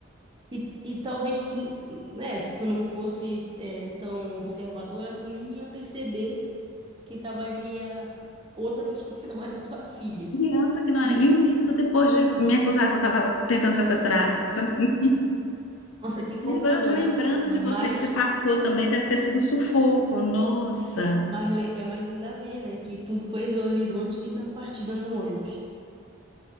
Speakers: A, on the right (about 25°); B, on the left (about 80°).
A: E, e talvez tu, né, se tu não fosse, é, tão observadora, tu nem ia perceber que tava ali a outra pessoa que não era tua filha.
B: Criança que não
A: E,
B: era. E o medo depois de me acusar que eu estava tentando sequestrar essa menina.
A: nossa, que confusão,
B: E agora, me lembrando
A: mas, mas,
B: de você que você passou também, deve ter sido um sufoco, nossa.
A: mas, le- é, mas ainda bem, né, que tudo foi resolvido antes de dar partida no ônibus.